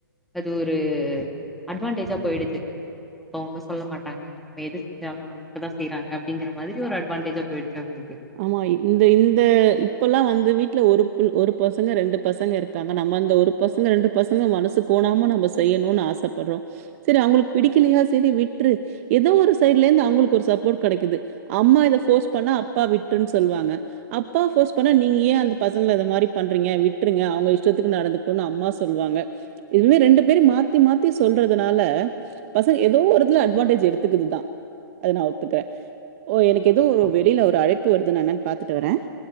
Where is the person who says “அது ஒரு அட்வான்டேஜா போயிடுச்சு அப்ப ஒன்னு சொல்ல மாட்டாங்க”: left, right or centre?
Centre